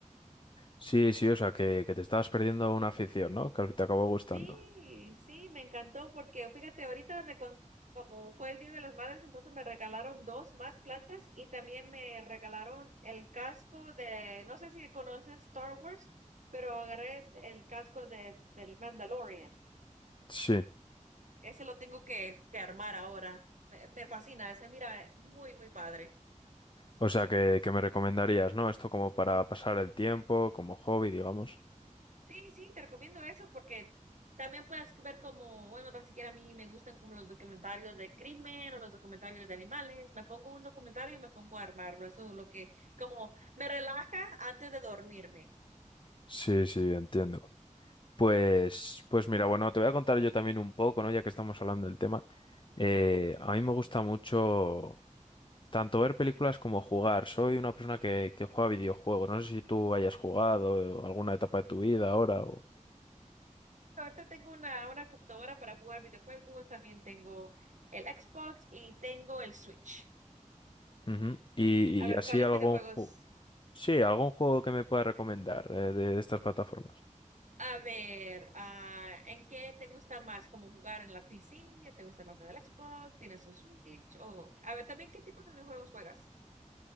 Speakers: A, on the left; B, on the right.
A: Sí, sí, o sea, que, que te estabas perdiendo una afición, ¿no? Que al fin te acabó gustando.
B: Sí, sí, me encantó porque fíjate, ahorita me con- como fue el Día de las Madres, entonces me regalaron dos más plantas y también me regalaron el casco de, no sé si conoces Star Wars, pero agarré el casco de, del Mandalorian.
A: Sí,
B: Ese lo tengo que, que armar ahora. Me, me fascina, ese mira, eh, muy, muy padre.
A: o sea que, que me recomendarías, ¿no? Esto como para pasar el tiempo, como hobby, digamos.
B: Sí, sí, te recomiendo eso porque también puedes ver como, bueno, tan siquiera a mí me gustan como los documentarios de crimen o los documentarios de animales. Me pongo un documentario y me pongo a armarlo. Eso es lo que como me relaja antes de dormirme.
A: Sí, sí, entiendo. Pues, pues mira, bueno, te voy a contar yo también un poco, ¿no? Ya que estamos hablando del tema. Eh,
B: Ajá.
A: a mí me gusta mucho tanto ver películas como jugar. Soy una persona que, que juega videojuegos. No sé si tú hayas jugado eh, alguna etapa de tu vida ahora o...
B: Ahorita tengo una, una computadora para jugar videojuegos, también tengo el Xbox y tengo el Switch.
A: Ujú. Y,
B: A ver,
A: y así
B: ¿cuáles
A: algún
B: videojuegos?
A: juego... Sí, algún juego que me pueda recomendar eh, de estas plataformas.
B: A ver, ah, ¿en qué te gusta más? ¿Como jugar en la piscina? ¿Te gusta más en el Xbox? ¿Tienes un Switch? O, a ver, también, ¿qué tipo de videojuegos juegas?